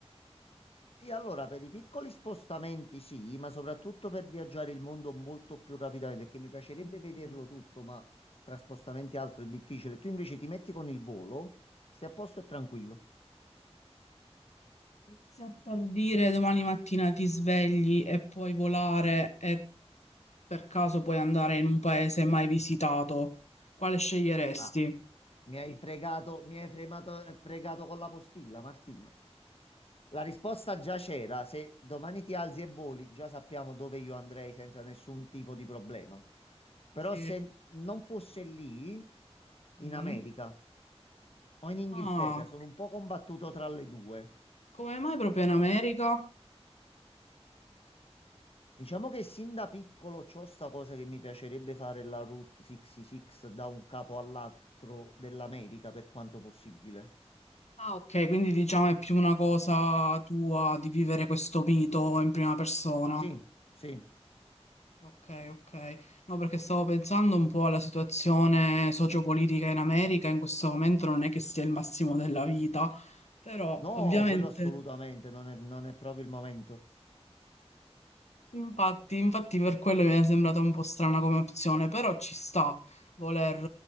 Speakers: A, on the left; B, on the left.
A: Sì, allora per i piccoli spostamenti sì, ma soprattutto per viaggiare il mondo molto più rapidamente, perché mi piacerebbe vederlo
B: Mm.
A: tutto, ma tra spostamenti e altro è difficile. Tu invece ti metti con il volo, stai a posto e tranquillo.
B: Se per dire domani mattina ti svegli e puoi volare e per caso puoi andare in un paese mai visitato, quale sceglieresti?
A: Ah, mi hai fregato, mi hai fremato- eh, fregato con la postilla, Martina. La risposta già c'era, se domani ti alzi e voli, già sappiamo dove io andrei senza nessun tipo di problema. Però
B: Sì.
A: se non fosse lì, in
B: Mm.
A: America. o in Inghilterra,
B: Ah,
A: sono un po' combattuto tra le due.
B: come mai proprio in America?
A: Diciamo che sin da piccolo c'ho sta cosa che mi piacerebbe fare la Route 66 da un capo all'altro dell'America per quanto possibile.
B: Ah, ok, quindi diciamo è più una cosa tua di vivere questo mito in prima persona.
A: Sì, sì.
B: Ok, ok. No, perché stavo pensando un po' alla situazione sociopolitica in America, in questo momento non è che sia il massimo della vita, però
A: No,
B: ovviamente...
A: quello assolutamente, non è, non è proprio il momento.
B: Infatti, infatti per quello mi è sembrata un po' strana come opzione, però ci sta voler